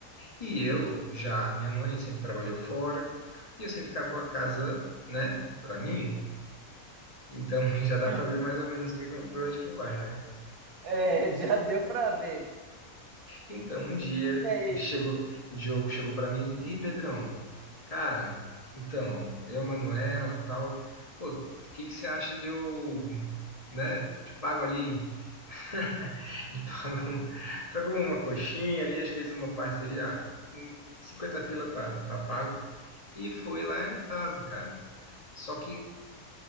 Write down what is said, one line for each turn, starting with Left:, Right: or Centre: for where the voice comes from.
Left: E eu, já, minha mãe sempre trabalhou fora, e eu sempre ficava com a casa, né, pra mim, Então <laughs> já dá
Right: Uhum.
Left: para ver mais ou menos que, para onde que vai, né?
Right: É, <laughs> já deu pra ver.
Left: Então um dia
Right: E aí?
Left: chegou, Diogo chegou para mim, e Pedrão, cara, então eu, Manuela, tal, pô, o que que você acha de eu, né? Te pago ali, <laughs> ele pagou, um, pagou uma coxinha ali, a gente fez uma parceria, ah, num- 50 pila tá, tá pago e foi lá em casa, cara. Só que